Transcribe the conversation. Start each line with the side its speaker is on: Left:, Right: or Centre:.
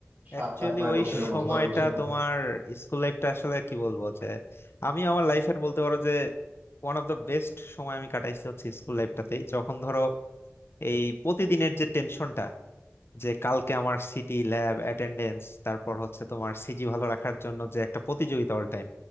Left: অ্যাকচুয়ালি
Right: সাত আট নয়
Left: ওই
Right: বছরের
Left: সময়টা
Right: মতো দশ বছরের মতো
Left: তোমার স্কুল লাইফটা আসলে কি বলবো যে আমি আমার লাইফের বলতে পারো যে ওয়ান অফ দ্য বেস্ট সময় আমি কাটাইছি হচ্ছে স্কুল লাইফটাতেই যখন ধরো এই প্রতিদিনের যে টেনশনটা যে কালকে আমার সিটি ল্যাব অ্যাটেন্ডেন্স তারপর হচ্ছে তোমার সিজি ভালো রাখার জন্য যে একটা প্রতিযোগিতা অল টাইম